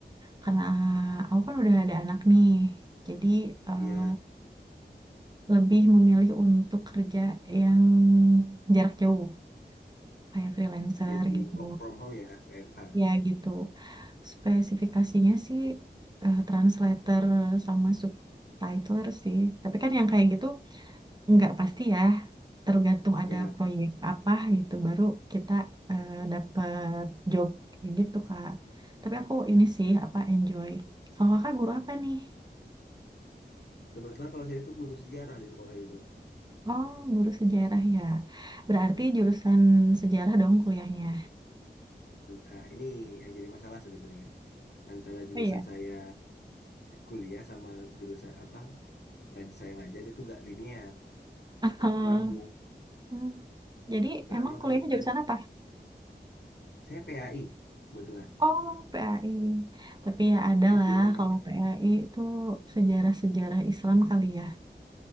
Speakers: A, on the right; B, on the left.
A: karena aku kan udah ada anak nih. Jadi, eh,
B: Iya,
A: lebih memilih untuk kerja yang jarak jauh. Kayak freelancer
B: jadi
A: gitu.
B: work from home ya, WFH.
A: Ya gitu. Spesifikasinya sih eh, translator sama subtitler sih. Tapi kan yang kayak gitu nggak pasti ya, tergantung ada
B: Ya,
A: proyek apa gitu, baru kita eh, dapet job kayak gitu Kak. Tapi aku ini sih apa enjoy. Kalau Kakak guru apa nih?
B: kebetulan kalau saya itu guru sejarah di sekolah itu.
A: Oh, guru sejarah ya. Berarti
B: Iya.
A: jurusan sejarah dong kuliahnya.
B: Se- Nah, ini yang jadi masalah sebenarnya. Antara jurusan
A: Oh iya.
B: saya kuliah sama jurusan apa ngaj saya ngajar itu gak linear,
A: <laughs>
B: gak nyambung.
A: Hmm. Jadi
B: Dan
A: emang
B: emang
A: kuliahnya
B: kebetulan
A: jurusan apa?
B: saya PAI, kebetulan.
A: Oh, PAI. Tapi ya ada
B: <laughs>
A: lah
B: Jauh banget.
A: kalau PAI itu sejarah-sejarah Islam kali ya.